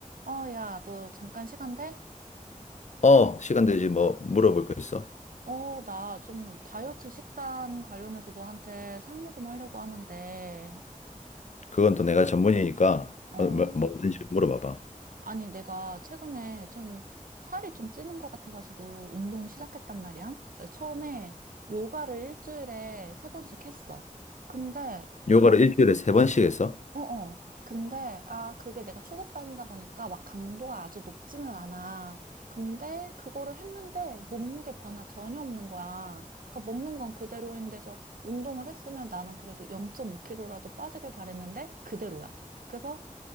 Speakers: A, on the right (about 85°); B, on the left (about 60°).
A: 어, 야, 너 잠깐 시간 돼?
B: 어, 시간 되지. 뭐, 물어볼 거 있어?
A: 어, 나 좀 다이어트 식단 관련해서 너한테 상의 좀 하려고 하는데,
B: 그건 또 내가 전문이니까,
A: 어,
B: 어, 뭐, 뭐든지 물어봐봐.
A: 아니, 내가 최근에 좀 살이 좀 찌는 것 같아가지고 운동 시작했단 말이야. 처음에 요가를 일주일에 세 번씩 했어. 근데
B: 요가를 일주일에 세 번씩 했어?
A: 어어. 근데, 아, 그게 내가 초급반이다 보니까 막 강도가 아주 높지는 않아. 근데 그거를 했는데 몸무게 변화 전혀 없는 거야. 그러니까 먹는 건 그대로인데서 운동을 했으면 나는 그래도 0.5kg라도 빠지길 바랬는데 그대로야. 그래서